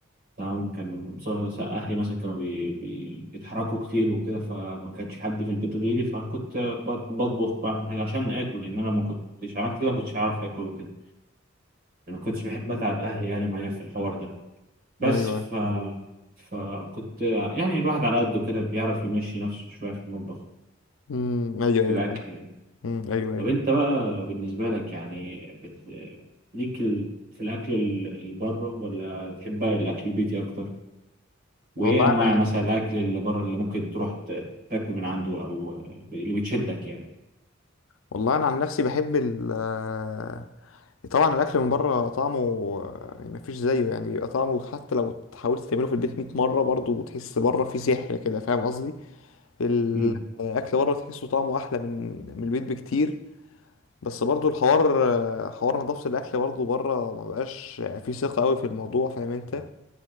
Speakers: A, on the right (about 45°); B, on the left (about 85°).
A: تمام كان بص- اهلي مثلا كانوا بي... بي... بيتحركوا كتير وكده فما كانش حد في البيت غيري فكنت بط- بطبخ بعمل حاجه عشان اكل لان انا ما كنتش عملت كده ما كنتش هعرف اكل وكده انا ما كنتش بحب
B: مم.
A: اتعب اهلي يعني معايا في الحوار ده بس
B: ايوه
A: ف
B: ايوه
A: فكنت يعني الواحد على قده كده بيعرف يمشي نفسه شويه في المطبخ
B: امم ايوه
A: في
B: ايوه
A: الاكل
B: فاهم.
A: يعني.
B: امم ايوه ايوه
A: طب انت بقى بالنسبة لك يعني بت... ليك ال... في الأكل ال- اللي بره ولا تحب بقى الأكل البيتي أكتر؟ وإيه
B: والله
A: أنواع
B: انا
A: مثلا الأكل اللي بره اللي ممكن تروح ت... تاكل من عنده أو اللي بتشدك يعني؟
B: والله انا عن نفسي بحب ال آه، طبعا الاكل من بره طعمه ما فيش زيه يعني بيبقى طعمه حتى لو حاولت تعمله في البيت 100 مره برضه تحس بره فيه سحر كده فاهم قصدي الاكل
A: مم.
B: بره تحسه طعمه احلى من من البيت بكتير بس برضو الحوار آه، حوار نظافة الأكل برضو بره ما بقاش فيه ثقة قوي في الموضوع فاهم أنت